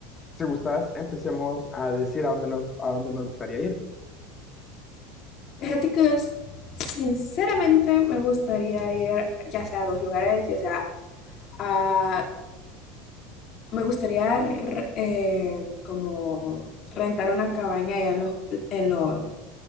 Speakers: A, on the left; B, on the left.
A: si gustas, empecemos a decir a dónde nos, a dónde nos gustaría ir.
B: Fíjate que s- sinceramente me gustaría ir ya sea a dos lugares, ya sea a... Me gustaría r- eh, como rentar una cabaña allá en los, en los